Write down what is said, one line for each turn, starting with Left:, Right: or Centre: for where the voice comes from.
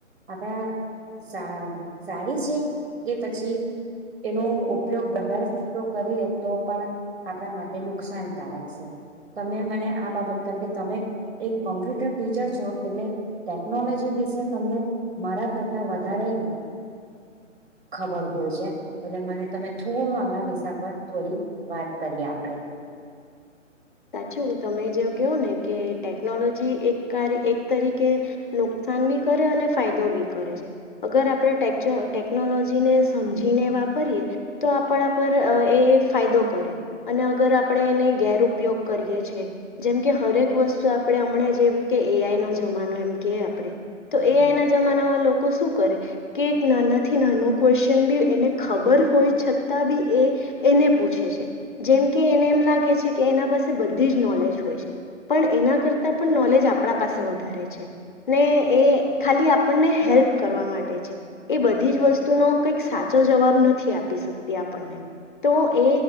Right: આપણા સારી છે કે પછી એનો ઉપયોગ વધારેતો કરીએ તો પણ આપણા માટે નુકસાનકારક છે તમે મને આ બાબત કેમ કે તમે એક કોમ્પ્યુટર ટીચર છો એટલે ટેકનોલોજી વિશે તને મારા કરતા વધારે ખબર હોય છે. એટલે મને તમે થોડું આણા વિષા પર થોડી વાત કરીએ આપડે
Left: સાચું તમે જેવ કહો ને કે ટેકનોલોજી એક કાર એક તરીકે નુકસાન બી કરે અને ફાયદો બી કરે છે. અગર આપણેટે ટેકનોલોજીને સમજીને વાપરીએ તો આપણા પર એ ફાયદો કરે અને અગર આપણે એને ગેર ઉપયોગ કરીએ છીએ. જેમ કે હરેક વસ્તુ આપણે હમણાં જેવું કે એઆઈ નો જમાનો એમ કે આપણે તો
Right: હમ
Left: એઆના જમાનામાં લોકો શું કરે? કે એક નાનાથી નાનો ક્વેશ્ચન બી એને ખબર હોય છતાં બી એ એને પૂછે છે જેમ કે એને એમ લાગે છે કે એના પાસે બધી જ નોલેજ હોય છે પણ એના કરતા પણ નોલેજ આપણા પાસે વધારે છે. ને એ ખાલી આપણને હેલ્પ કરવા માટે છે. એ બધી જ વસ્તુનો કંઈક સાચો જવાબ નથી આપી શકતી આપણને તો એ